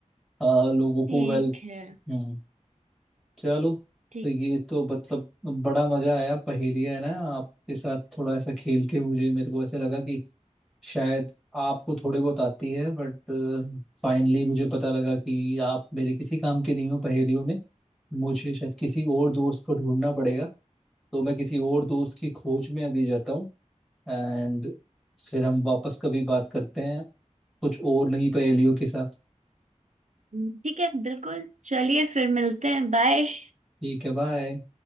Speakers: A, in the centre; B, on the right (about 65°).
A: आ, लोगों को
B: ठीक
A: वेल
B: है
A: हम्म चलो
B: ठीक
A: तो ये तो मतलब बड़ा मजा आया पहेलियाँ है ना आपके साथ थोड़ा ऐसा खेल के मुझे मेरे को ऐसा लगा कि शायद आपको थोड़े बहुत आती है बट फाइनली मुझे पता लगा कि आप मेरे किसी काम के नहीं हो पहेलियों में मुझे शायद किसी और दोस्त को ढूंढना पड़ेगा तो मैं किसी और दोस्त की खोज में अभी जाता हूँ एंड फिर हम वापस कभी बात करते हैं कुछ और नहीं पहेलियों के साथ
B: ठीक है बिल्कुल चलिए फिर मिलते हैं बाय
A: ठीक है बाय